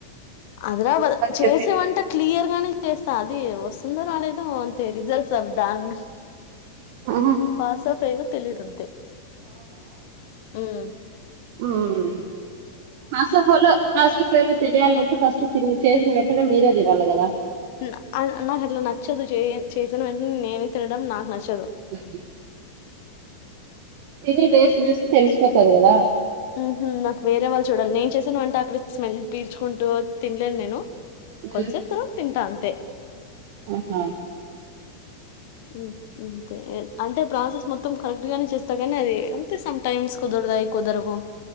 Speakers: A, on the left; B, on the right.
A: ఆదిర భద్ చేసే
B: చెప్పి
A: వంట క్లియర్ గానే చేస్తా అది వస్తుందో రాలేదో అంతే రిజల్ట్స్ అ దాని
B: ఉహు
A: పాసో ఫైల్ లో తెలియదు అంతే మ్
B: మ్ పాసో ఫైలో పసో పేలో తెలియాలంటే ఫస్ట్ తిన్ చేసిన వెంటనే మీరే తినాలి కదా
A: న్ ఆ నాకు అట్లా నచ్చదు చే చేసిన వెంటనే నేనే తినడం నాకు నచ్చదు
B: <unintelligible> తినే టేస్ట్ చూస్తే తెలిసిపోతది కదా
A: మ్ హు నాకు వేరే వాళ్ళు చూడాలి నేను చేసిన వంట అక్కడ స్మెల్ పీల్చుకుంటూ తినలేను నేను
B: ఉమ్
A: కొంచసెప్ తరవాత తింటా అంతే
B: ఆహా
A: మ్ అంతే అంటే ప్రాసెస్ మొత్తం కరెక్ట్ గానే చేస్తా కానీ అది అంతే సమ్ టైమ్స్ కుదురతాయి కుదరవు